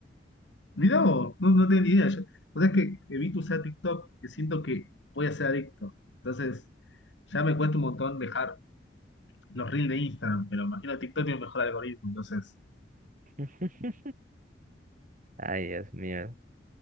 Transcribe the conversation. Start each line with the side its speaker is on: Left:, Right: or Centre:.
Left: Mirá vos, no, no tenía ni idea. Yo, o sea sabés que evito usar TikTok, que siento que voy a ser adicto. Entonces, ya me cuesta un montón dejar los reels de Instagram, pero imagino TikTok tiene un mejor algoritmo. Entonces,
Right: <laughs> Ay, Dios mío.